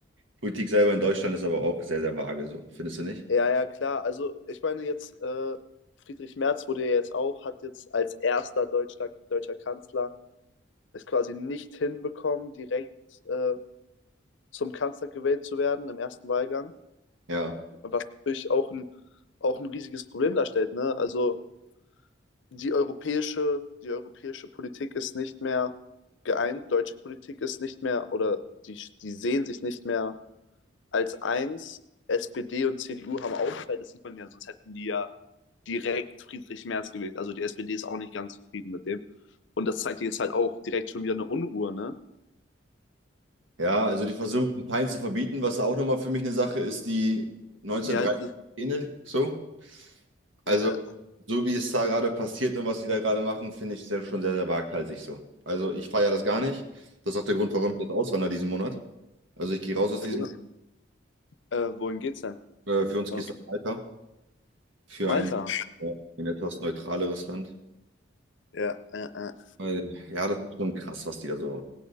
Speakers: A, on the right (about 85°); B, on the left (about 75°).
A: Politik selber in Deutschland ist aber auch sehr, sehr vage, so. Findest du nicht?
B: Ja, ja, klar. Also, ich meine, jetzt äh, Friedrich Merz wurde ja jetzt auch, hat jetzt als erster deutscher, deutscher Kanzler es quasi nicht hinbekommen, direkt äh, zum Kanzler gewählt zu werden im ersten Wahlgang,
A: Ja.
B: was natürlich auch ein, auch ein riesiges Problem darstellt. Ne? Also die europäische, die europäische Politik ist nicht mehr geeint, deutsche Politik ist nicht mehr oder die, die sehen sich nicht mehr als eins. SPD und CDU haben Aufschrei, das sieht man ja, sonst hätten die ja direkt Friedrich Merz gewählt. Also die SPD ist auch nicht ganz zufrieden mit dem. Und das zeigt jetzt halt auch direkt schon wieder eine Unruhe, ne?
A: Ja, also die versuchen, Parteien zu verbieten, was auch nochmal für mich eine Sache ist, die 1930
B: Ja, das,
A: ähnelt, so. Also,
B: äh,
A: so wie es da gerade passiert und was sie da gerade machen, finde ich sehr, schon sehr, sehr waghalsig so. Also, ich feiere das gar nicht. Das ist auch der Grund, warum ich jetzt auswandere diesen Monat. Also, ich gehe raus aus diesem,
B: wo, äh, wohin geht's denn?
A: äh, für uns
B: Auf
A: gehst du weiter für
B: Malta.
A: ein, äh, ein etwas neutraleres Land.
B: Ja, ja, ja,
A: Weil, ja, das ist schon krass, was die da so